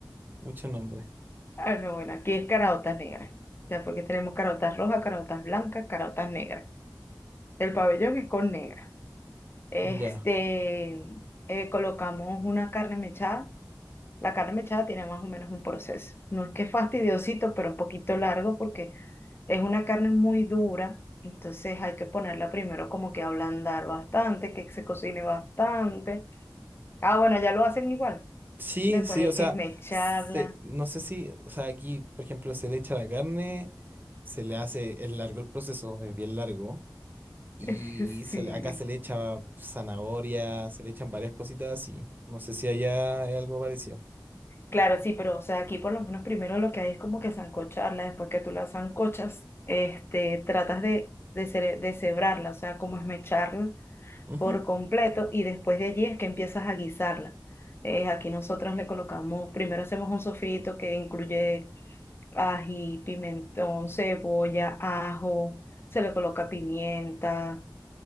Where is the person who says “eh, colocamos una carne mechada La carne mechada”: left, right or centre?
Left